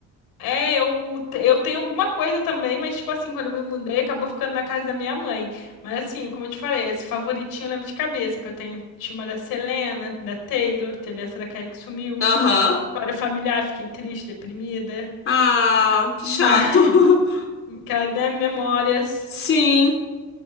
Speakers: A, on the left; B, on the left.
A: É, eu, eu tenho alguma coisa também, mas tipo assim, quando eu me mudei, acabou ficando na casa da minha mãe. Mas assim, como eu te falei, esse favoritinho eu lembro de cabeça, que eu tenho. Tinha uma da Selena, da Taylor, teve essa da Kelly que sumiu,
B: Aham.
A: que tinha história familiar, fiquei triste, deprimida.
B: Ah, que
A: Mas,
B: chato. <laughs>
A: que ela, né, memórias.
B: Sim,